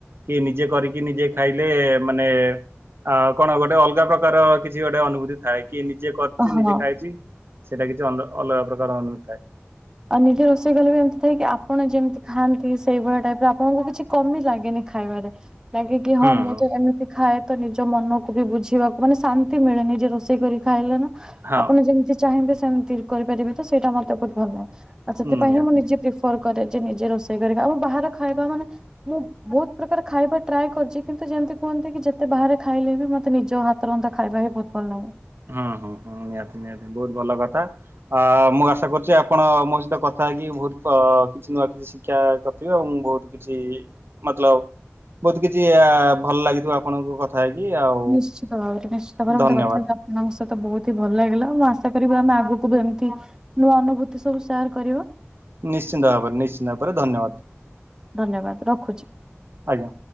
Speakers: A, on the right; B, on the right.
A: କି ନିଜେ କରିକି ନିଜେ ଖାଇଲେ ମାନେ ଅ କଣ ଗୋଟେ ଅଲଗା ପ୍ରକାର କିଛି କିଛି ଗୋଟେ ଅନୁଭୂତି ଥାଏ କି ନିଜେ କରୁଚି
B: ହଁ।
A: ନିଜେ ଖାଇଚି ସେଟା କିଛି ଅଲ ଅଲଗା ପ୍ରକାର ଅନୁଭୂତି ଥାଏ।
B: ଆଉ ନିଜେ ରୋଷେଇ କଲେ ବି ଏମିତି ଥାଏ କି ଆପଣ ଯେମିତି ଖାଆନ୍ତି ସେଇଭଳିଆ ଟାଇପର ଆପଣଙ୍କୁ କିଛି କମି ଲାଗେନି। ଖାଇବାରେ ଲାଗେ କି
A: ହୁଁ
B: ହଁ ମୁଁ
A: ହୁଁ
B: ତ ଏମିତି ଖାଏ ତ ନିଜ ମନକୁ ବି ବୁଝିବାକୁ ମାନେ ଶାନ୍ତି ମିଳେ ନିଜେ ରୋଷେଇ କରି ଖାଇଲେ ନା
A: ହଁ
B: ଆପଣ ଯେମି ମିତି ଚାହିଁବେ ସେମିତି କରିପାରିବେ ତ ସେଇଟା ମତେ ବହୁତ ଭଲ ଲାଗେ ଆଉ ସେଥିପାଇଁ
A: ନିହାତି।
B: ହିଁ ମୁଁ ନିଜେ ପ୍ରିଫର କରେ ଯେ ନିଜେ ରୋଷେଇ କରିବା ଆଉ ବାହାର ଖାଇବା ମାନେ ମୁଁ ବହୁତ ପ୍ରକାର ଖାଇବା ଟ୍ରାଏ କରିଛି କିନ୍ତୁ ଯେମିତି କୁହନ୍ତି କି ଯେତେ ବାହାରେ ଖାଇଲେ ବି ମତେ ନିଜ ହାତ ତରନ୍ଧା ଖାଇବା ହି ବି ବହୁତ ଭଲ ଲାଗେ।
A: ହୁଁ ହୁଁ ହୁଁ ନିହାତି ନିହାତି ବହୁତ ଭଲ କଥା। ଅ ମୁଁ ଆଶା କରୁଛି ଆପଣ ମୋ ସହିତ କଥା ହେଇକି ବହୁତ କିଛି ନୂଆ କିଛି ଶିକ୍ଷା କରିିଥିବେ ଆଉ ମୁଁ ବହୁତ କିଛି ମତଲବ ବହୁତ କିଛି ଆ ଭଲ ଲାଗିଥିବ ଆପଣଙ୍କୁ କ ଥା ହେଇକି ଆଉ
B: ନିଶ୍ଚିତ ଭାବରେ ନିଶ୍ଚିତ ଭାବରେ
A: ଧନ୍ୟବାଦ।
B: ମତେ କଥା <inaudible> ତମ ସହିତ ବହୁତ ହି ଭଲ ଲାଗିଲା ମୁଁ ଆଶା କରିବି ଆମେ ଆଗକୁ ବି ଏମିତି ନୂଆ ଅନୁଭୂତି ସବୁ ସେୟାର କରିବ।
A: ନିଶ୍ଚିତ ଭାବରେ ନିଶ୍ଚିତ ଭାବରେ ଧନ୍ୟବାଦ।
B: ଧନ୍ୟବାଦ ରଖୁଚି।
A: ଆଜ୍ଞା।